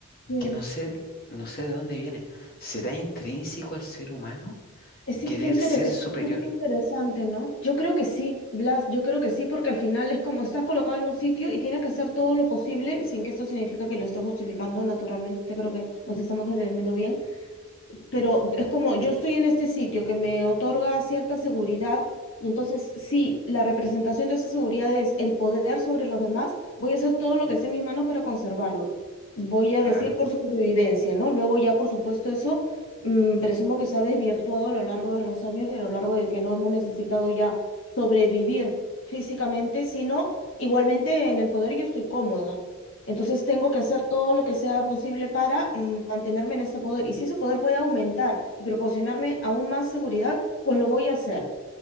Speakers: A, on the left; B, on the left.
A: sí.
B: que no sé, no sé de dónde viene. ¿Será intrínseco al ser humano
A: Es que
B: querer
A: qué interes-
B: ser
A: es
B: superior?
A: súper interesante, ¿no? Yo creo que sí, Blas, yo creo que sí, porque al final es como estás colocado en un sitio y tienes que hacer todo lo posible, sin que esto significa que lo estás justificando, naturalmente creo que nos estamos entendiendo bien, pero es como yo estoy en este sitio que me otorga cierta seguridad y entonces si la representación de esa seguridad es el poder sobre los demás, voy a hacer todo lo que esté en mis manos para conservarlo. Voy a
B: Claro,
A: decir por supervivencia, ¿no? Luego ya, por supuesto, eso mm, presumo que se ha desvirtuado a lo largo de los años y a lo largo de que no hemos necesitado ya sobrevivir físicamente, sino igualmente en el poder yo estoy cómoda. Entonces tengo que hacer todo lo que sea posible para mm, mantenerme en ese poder. Y si ese poder puede aumentar y proporcionarme aún más seguridad, pues lo voy a hacer.